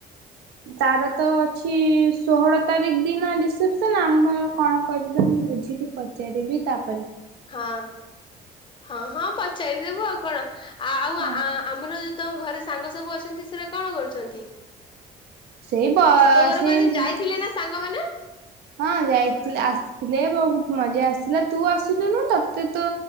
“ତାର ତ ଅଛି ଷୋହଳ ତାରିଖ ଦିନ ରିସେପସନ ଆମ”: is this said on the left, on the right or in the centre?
Right